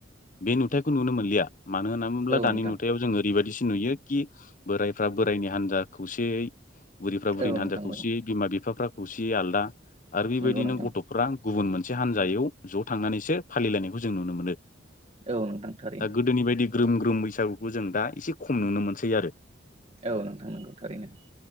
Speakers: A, on the left (about 45°); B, on the right (about 35°).
A: बे नुथायखौ नुनो मोनलिया। मानो होनना बुङोब्ला
B: औ
A: दानि
B: नोंथां
A: नुथायाव जोङो ओरैबायदिसो नुयो कि बोरायफ्रा बोरायनि हान्जा खौसेयै बुरैफ्रा बुरैनि
B: औ
A: हान्जा
B: नोंथां
A: खौसेयै
B: औ
A: बिमा बिफाफ्रा खौसेयै आलदा आरो बेबायदिनो
B: नंगौ नोंथां
A: गथ'फ्रा गुबुन मोनसे हानजायाव ज' थांनानैसो फालिलायनायखौ जों नुनो मोनो।
B: औ नोंथां थारैनो।
A: दा गोदोनि बायदि ग्रोम ग्रोम बैसागुखौ जों दा एसे खम नुनो मोनसै आरो।
B: औ नोंथां नोंगौ थारैनो।